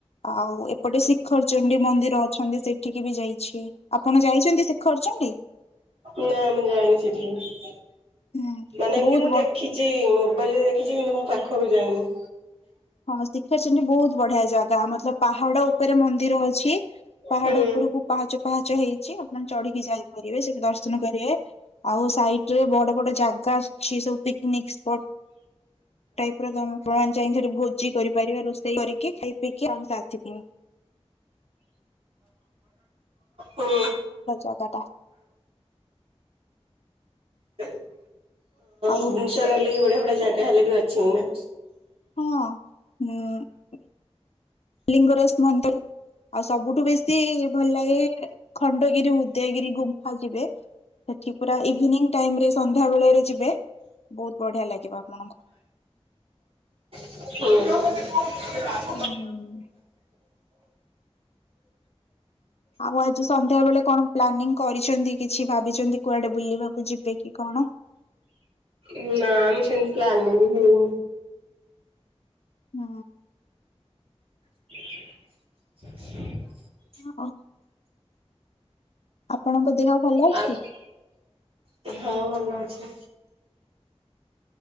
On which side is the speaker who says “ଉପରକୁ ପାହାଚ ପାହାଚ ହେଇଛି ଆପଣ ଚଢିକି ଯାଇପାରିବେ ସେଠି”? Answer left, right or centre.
Left